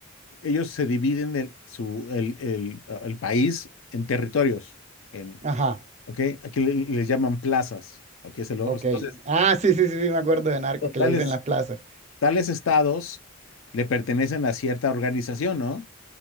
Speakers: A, on the left (about 75°); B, on the right (about 35°).
A: ellos se dividen el, su, el, el- el país en territorios, en,
B: ajá,
A: ¿ok? Aquí le- les llaman plazas, ¿ok? Se lo-
B: ok.
A: entonces,
B: Ah, sí, sí, sí, sí, me acuerdo de narcos que
A: tales,
B: le dicen las plazas.
A: tales estados le pertenecen a cierta organización, ¿no?